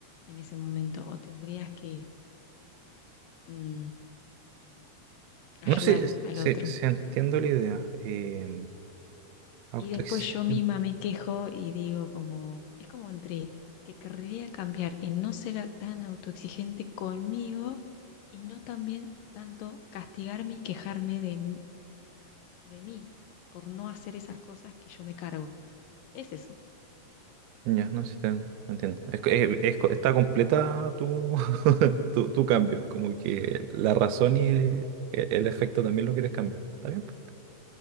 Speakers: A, on the left; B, on the right.
A: en ese momento o tendrías que mm, ayudar
B: No sé si,
A: al
B: si-
A: otro.
B: si entiendo la idea. Eh, autoexigente.
A: Y después yo misma me quejo y digo como, es como entre que querría cambiar en no ser tan autoexigente conmigo y no también tanto castigarme y quejarme de, de mí por no hacer esas cosas que yo me cargo. Es eso.
B: Ya, no sé si te, en- te entiendo. Es, que- eh, es co- está completa tu, <laughs> tu, tu cambio. es Como que la razón y eh, el, efecto también lo quieres cambiar. ¿Está bien? pues.